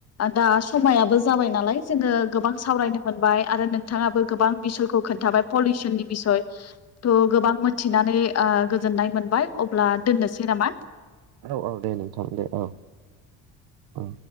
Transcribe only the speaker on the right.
औ औ दे नोंथां दे औ औ